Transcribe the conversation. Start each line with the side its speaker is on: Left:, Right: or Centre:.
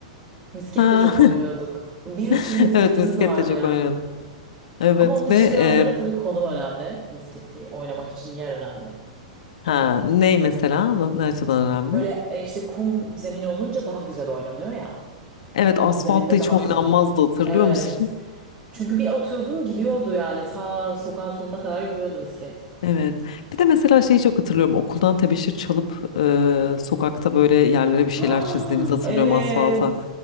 Right: Misket
Left: Ha.
Right: de çok oynuyorduk. Bir
Left: <laughs>
Right: sürü misketimiz
Left: Evet misket
Right: vardı
Left: de çok
Right: ya.
Left: oynadım. Evet
Right: Ama onun için
Left: ve
Right: biraz
Left: e,
Right: böyle tabii konum önemli. Misketi oynamak için yer önemli.
Left: ha ney mesela? Ne ne açıdan önemli?
Right: Böyle e, işte kum zemin olunca daha güzel oynanıyor ya.
Left: Evet
Right: Kum
Left: asfaltta
Right: zeminde
Left: hiç
Right: daha
Left: oynanmazdı
Right: güzel.
Left: hatırlıyor
Right: Evet.
Left: musun? <laughs>
Right: Çünkü bir atıyordun gidiyordu yani. Ta sokağın sonuna kadar gidiyordu misket. <gasps>
Left: Evet. Bir de mesela şeyi çok hatırlıyorum. Okuldan tebeşir çalıp e, sokakta böyle yerlere bir
Right: Ha,
Left: şeyler çizdiğimizi hatırlıyorum
Right: Evet.
Left: asfalta.